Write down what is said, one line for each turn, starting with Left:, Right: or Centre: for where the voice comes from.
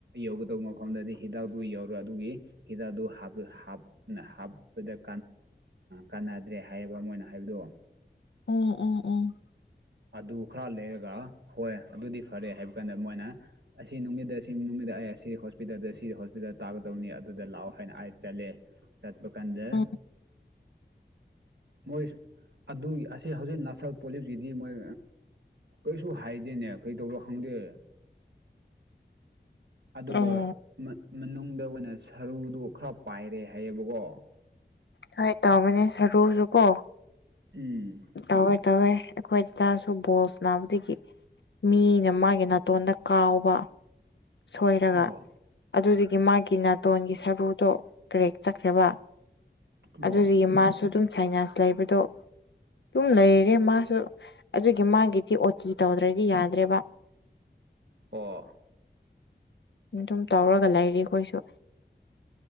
Right: ꯌꯧꯒꯗꯧꯕ ꯃꯐꯝꯗꯗꯤ ꯍꯤꯗꯥꯛꯇꯨ ꯌꯧꯔ ꯑꯗꯨꯒꯤ ꯍꯤꯗꯥꯛꯇ ꯍꯥ ꯍꯥꯞꯄꯗ ꯀꯥꯟꯅꯗ꯭ꯔꯦ ꯍꯥꯏꯌꯦꯕ ꯑꯃ ꯑꯣꯏꯅ ꯍꯥꯏꯕꯗꯣ
Left: ꯎꯝ ꯎꯝ ꯎꯝ
Right: ꯑꯗꯨ ꯈꯔ ꯂꯩꯔꯒ ꯍꯣꯏ ꯑꯗꯨꯗꯤ ꯐꯔꯦ ꯍꯥꯏꯕ ꯀꯥꯟꯗ ꯃꯣꯏꯅ ꯑꯁꯤ ꯅꯨꯃꯤꯡ ꯑꯁꯤ ꯅꯨꯃꯤꯗꯥ ꯑꯩ ꯑꯁꯤ ꯍꯣꯁꯄꯤꯇꯥꯜꯗ ꯁꯤ ꯍꯣꯁꯄꯤꯇꯥꯜꯗ ꯇꯥꯒꯗꯕꯅꯤ ꯑꯗꯨꯗ ꯂꯥꯛꯑꯣ ꯍꯥꯏꯅ ꯑꯩ ꯆꯠꯂꯦ ꯆꯠꯄ ꯀꯥꯟꯗ
Left: ꯎꯝ
Right: ꯃꯣꯏ ꯑꯗꯨ ꯑꯁꯤ ꯍꯧꯖꯤꯛ ꯅꯅꯥꯁꯜ ꯄꯨꯂꯤꯁꯀꯤ ꯒꯤ ꯃꯣꯏ ꯀꯩꯁꯨ ꯍꯥꯏꯗꯦꯅꯦ ꯀꯩꯗꯧꯔꯣ ꯈꯪꯗꯦ ꯑꯗꯨꯒ
Left: ꯎꯝ
Right: ꯃꯅꯨꯡꯗ ꯑꯣꯏꯅ ꯁꯔꯨꯗꯣ ꯈꯔ ꯄꯥꯏꯔꯦ ꯍꯥꯏꯌꯦꯕꯀꯣ
Left: ꯍ ꯇꯥꯎ ꯃ ꯁꯔꯨꯁꯨ ꯀꯣ
Right: ꯎꯝ
Left: ꯇꯧꯋꯦ ꯇꯧꯋꯦ ꯑꯩꯈꯣꯏ ꯇꯥꯁꯨ ꯕꯣꯜꯁ ꯅꯥꯕꯗꯒꯤ ꯃꯤꯅ ꯃꯥꯒꯤ ꯅꯥꯇꯣꯟꯗ ꯀꯥꯎꯕ ꯁꯣꯏꯔꯒ
Right: ꯑꯣ
Left: ꯑꯗꯨꯗꯤ ꯃꯥꯒꯤ ꯅꯥꯇꯣꯟꯒꯤ ꯁꯔꯨꯗꯣ ꯀ꯭ꯔꯦꯛ ꯆꯠꯈ꯭ꯔꯦꯕ
Right: ꯑꯣ
Left: ꯑꯗꯨꯗꯤ ꯃꯥꯁꯨ ꯑꯗꯨꯝ ꯁꯥꯏꯅꯥꯁ ꯂꯩꯕꯗꯣ ꯑꯗꯨꯝ ꯂꯩꯔꯦ ꯃꯥꯁꯨ ꯑꯗꯨꯒꯤ ꯃꯥꯒꯤꯗꯤ ꯑꯣꯇꯤ ꯇꯧꯗ꯭ꯔꯗꯤ ꯌꯥꯗ꯭ꯔꯦꯕ
Right: ꯑꯣ
Left: ꯑꯗꯨꯝ ꯇꯧꯔꯒ ꯂꯩꯔꯤ ꯑꯩꯈꯣꯏꯁꯨ